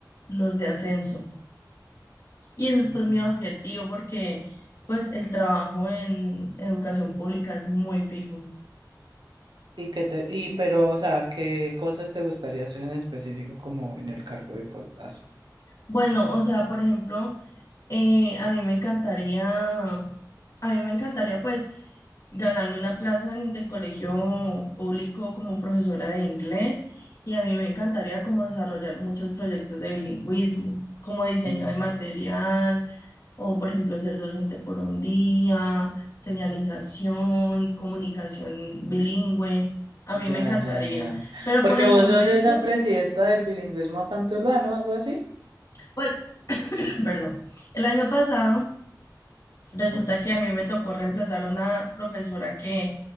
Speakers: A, on the left; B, on the right.
A: los de ascenso. Y ese es
B: Mm.
A: pues mi objetivo, porque pues el trabajo en educación pública es muy fijo.
B: Y que te, y pero, o sea, ¿qué cosas te gustaría hacer en específico como en el cargo de cosas así?
A: Bueno, o sea, por ejemplo. Eh, a mí me encantaría, a mí me encantaría pues ganarme una plaza en el colegio público como profesora de inglés y a mí me encantaría como desarrollar muchos proyectos de bilingüismo, como diseño
B: Mm,
A: de material o por ejemplo ser docente por un día, señalización, comunicación bilingüe. A
B: Ya,
A: mí me encantaría,
B: ya, ya.
A: pero
B: Porque
A: por el
B: vos
A: momento,
B: sos esa presidenta del bilingüismo acá ¿no? Algo así.
A: pues, <clears throat> perdón, el año pasado... Resulta
B: Uf.
A: que a mí me tocó reemplazar a una profesora que,